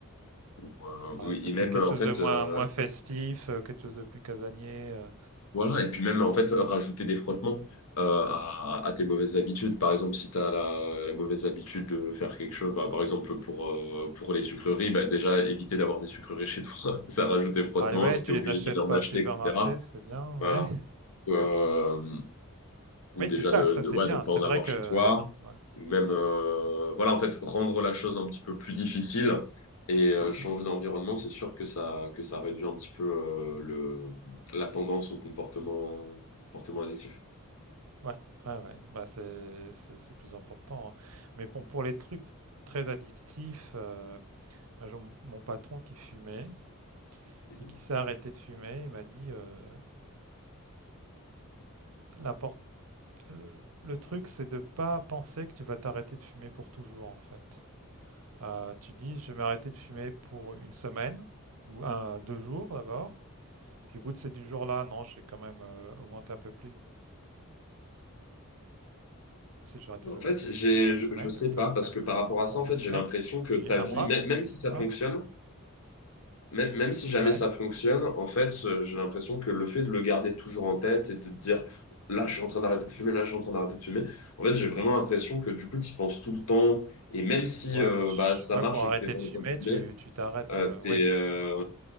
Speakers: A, on the left; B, on the right.
A: Ou, euh, oui,
B: Ouais, peut-être
A: et même,
B: quelque
A: euh,
B: chose
A: en fait,
B: de moins,
A: euh,
B: moins festif, euh, quelque chose de plus casanier. euh.
A: Voilà, et puis même en fait, rajouter des frottements euh, à, à tes mauvaises habitudes. Par exemple, si tu as la, la mauvaise habitude de faire quelque chose, bah, par exemple pour, euh, pour les sucreries, bah, déjà éviter d'avoir des sucreries chez toi, <laughs> ça rajoute des frottements,
B: Bah ouais,
A: si
B: tu
A: tu es
B: les
A: obligé
B: achètes
A: d'aller en
B: pas
A: acheter,
B: au supermarché,
A: etc.
B: c'est bien,
A: Voilà.
B: ouais.
A: Euh, ou
B: Oui,
A: déjà
B: c'est ça,
A: de,
B: ça
A: de,
B: c'est
A: ouais,
B: bien.
A: de pas
B: C'est
A: en
B: vrai
A: avoir
B: que...
A: chez toi,
B: Ouais,
A: ou même,
B: ouais.
A: euh, voilà, en fait, rendre la chose un petit peu plus difficile et euh,
B: Mhm.
A: changer d'environnement, c'est sûr que ça, que ça réduit un petit peu euh, le, la tendance au comportement, comportement addictif.
B: Ouais, ouais, ouais. Bah, c'est c'est- c'est plus important. hein. Mais bon, pour les trucs très addictifs, euh, moi, j'ai mon mon patron qui fumait
A: Mhm.
B: et qui s'est arrêté de fumer, il m'a dit euh, l'import- le, le truc, c'est de pas penser que tu vas t'arrêter de fumer pour toujours, en fait. Euh, tu dis, je vais m'arrêter de fumer pour une semaine ou un, deux jours d'abord. Puis au bout de ces deux jours-là, non, j'ai quand même euh, augmenté un peu plus Si j'ai arrêté
A: En
B: de
A: fait,
B: de
A: j'ai,
B: fumer pendant une
A: je,
B: semaine
A: je sais
B: et au bout de
A: pas,
B: la semaine,
A: parce que par rapport
B: enfin
A: à
B: pendant
A: ça, en
B: deux
A: fait,
B: semaines,
A: j'ai l'impression que
B: puis
A: ta
B: un
A: vie,
B: mois,
A: mê- même
B: puis
A: si
B: 2
A: ça
B: mois.
A: fonctionne, Même, même si jamais
B: Ouais.
A: ça fonctionne, en fait, euh, j'ai l'impression que le fait de le garder toujours en tête et de te dire là, je suis en train d'arrêter de fumer, là, je suis en train d'arrêter de fumer, en fait, j'ai vraiment l'impression que du coup, tu y penses tout le temps. Et même si
B: Ouais,
A: euh,
B: mais je
A: bah, ça
B: crois
A: marche
B: que pour arrêter
A: et que t'es pas
B: de
A: en
B: fumer,
A: train de
B: tu
A: fumer,
B: tu t'arrêtes,
A: euh,
B: heu, ouais
A: t'es,
B: c
A: euh,